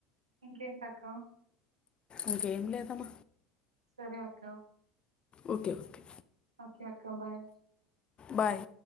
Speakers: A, on the right; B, on the left.
A: ఇంకేంటి అక్కా.
B: ఇంకేం లేదమ్మ.
A: సరే అక్క.
B: Okay okay.
A: ఓకే అక్క బాయ్.
B: బాయ్